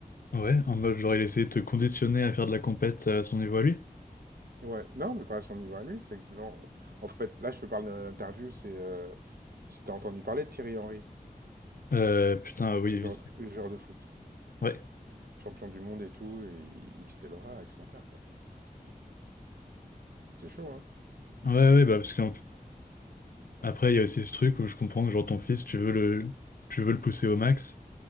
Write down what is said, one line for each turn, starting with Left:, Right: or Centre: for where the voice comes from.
Left: Ouais, en mode genre il essaie de te conditionner à faire de la compète à son niveau à lui.
Right: Ouais, non, mais pas à son niveau à lui. C'est que, non. En fait, là, je te parle d'une interview, c'est. euh, tu t'as entendu parler de Thierry Henry,
Left: Euh, putain, oui,
Right: le joueur,
Left: vite.
Right: Ah oui. le joueur de foot,
Left: Ouais.
Right: champion du monde et tout, et il dit que c'était Laura avec son père, quoi. C'est chaud, hein?
Left: Ouais, ouais, bah parce que, Après, il y a aussi ce truc où je comprends que genre ton fils, tu veux le, tu veux le pousser au max,